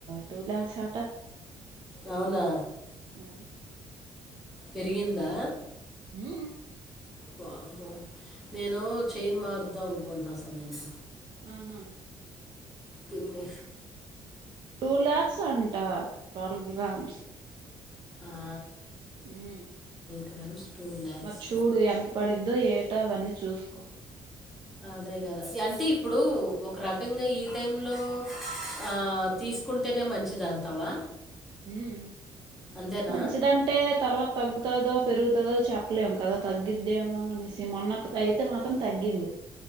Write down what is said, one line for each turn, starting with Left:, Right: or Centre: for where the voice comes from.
Right: టూ లాక్స్ అట
Centre: అవునా
Right: మరి
Centre: పెరిగిందా
Right: మ్
Centre: వామ్మో నేను చైన్ మారుద్దాం అనుకుంటున్నా సంజమ్మ
Right: ఆహా
Centre: పిన్ని
Right: టూ లాక్స్ అంట ట్వల్వ్ గ్రామ్స్
Centre: ఆ!
Right: మ్
Centre: గ్రామ్స్ లాక్స్.
Right: మరి చూడు ఎంత పడిద్దో ఏటో అవన్నీ చూస్కో
Centre: అదే కదా అంటే ఇప్పుడు ఒక రకంగా ఈ టైమ్లో ఆ తీస్కుంటేనే మంచిదంటావా
Right: మ్
Centre: అంతేనా?
Right: మంచిదంటే తర్వాత తగ్గు తదో పెరుగుతదో చెప్పలేం కదా తగ్గిద్దేమో అనేసి మొన్నకు అయితే మాత్రం తగ్గింది.